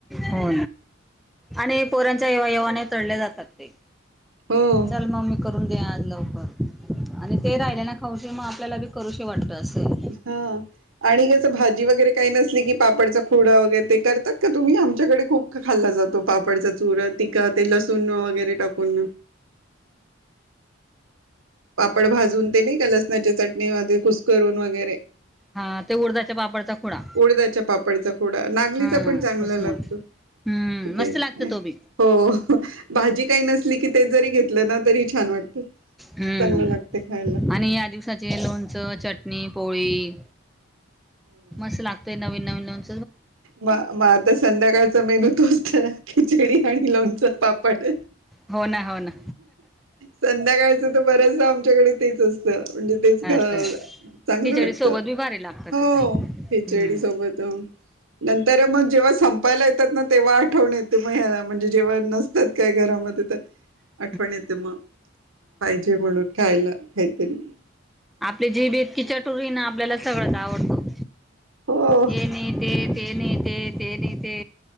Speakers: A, in the centre; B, on the right.
A: हो आणि पोरांच्या येव्हा येव्हा नाही तळले जातात ते
B: हो
A: चल म्मी करून द लवकर आणि ते राहिले ना खाऊश मग आपल्यालाी करू वाटत असे.
B: हा आणि कसं भाजी वगैरे काही नसली की पापडचा खोडा वगैरे ते करतात का तुम्ही आम त्याच्याकडे खूप खाल्ला जातो पापडचा चूर ते लसूण वगैरे टाकून पापड भाजून ते नाही का लसणाची चटणी कुसकरून वगैरे
A: हा ते उडदाच्या पापडचा खुडा
B: कोडदच्या पापडचा खोडा, नागलीचा
A: हा
B: पण चांगला
A: कसमळ
B: लागतो.
A: हम्म
B: ते
A: मस्त लागत तो बी
B: हो भाजी काही नसली की ते जरी घेतलं ना तरी छान वाटत.
A: हम्म
B: चांगलं लागते खायला
A: आणि या दिवसाचे लोणचं, चटणी पोळी मस्त लागतय नवीन नवीन नवी
B: बा बा आता संध्याकाळचा मेनू तोचत खिचडी आणि लोणच पापड
A: हो ना हो ना
B: संध्याकाळच तर बरच आमच्याकडे तेच असतं. म्हणजे तेच का
A: असं
B: चांगलं
A: खिचडी
B: वाटत
A: सोबत बी भारी लागतं
B: हो
A: ते ताई हम्म
B: खीचडी सोबत तर नंतर मग जेव्हा संपायला येतात ना तेव्हा आठवून येते मग ह्याला म्हणजे जेव्हा नसतात काय घरामध्ये तर
A: ह
B: आठवण येते मग पाहिजे म्हणून खायला काहीतरी
A: आपले जीभ इतकी चटुरी ना आपल्याला सगळंच आवडतं.
B: हो
A: हे नाही ते ते नाही ते ते नाही ते